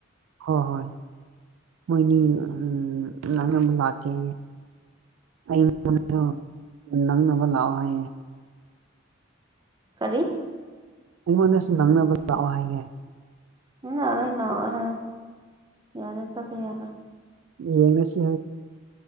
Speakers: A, on the right; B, on the right.
A: ꯍꯣ ꯍꯣꯏ ꯃꯣꯏꯅꯤ <unintelligible> ꯅꯪꯅꯃ ꯂꯥꯛꯀꯦꯌꯦ <unintelligible> ꯅꯪꯅꯕ ꯂꯥꯑꯣ ꯍꯥꯏꯌꯦꯦ
B: ꯀꯔꯤ
A: ꯑꯩꯉꯣꯟꯗꯁꯨ ꯅꯪꯅꯕ ꯂꯥꯛꯑꯣ ꯍꯥꯏꯌꯦꯦ
B: <unintelligible> ꯍꯥꯏꯌ ꯌꯥꯔꯦ ꯆꯄ ꯌꯥꯔꯣꯏ
A: ꯌꯦꯉꯁꯤ